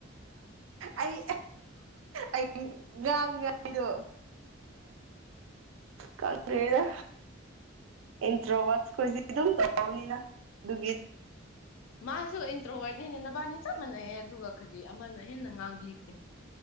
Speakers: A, on the right; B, on the left.
A: ꯑꯩ ꯑꯩ ꯉꯥꯡꯅꯤꯉꯥꯏꯗꯣ ꯀꯔꯤ ꯍꯥꯏꯗ꯭ꯔꯥ ꯏꯟꯇ꯭ꯔꯣ ꯑꯋꯥꯖ ꯀꯣꯏꯁꯤ ꯑꯗꯨ ꯇꯥꯎꯅꯤꯅ ꯑꯗꯨꯗꯨꯒꯤ
B: ꯃꯥꯁꯨ ꯏꯟꯗ꯭ꯔꯣꯋꯥꯅꯤꯅ ꯅꯕꯥꯅꯤ ꯆꯞ ꯃꯥꯟꯌꯦ ꯑꯗꯨꯒ ꯀꯔꯤ ꯑꯃꯅ ꯍꯦꯟꯅ ꯉꯥꯡꯕꯤꯈ꯭ꯔꯦ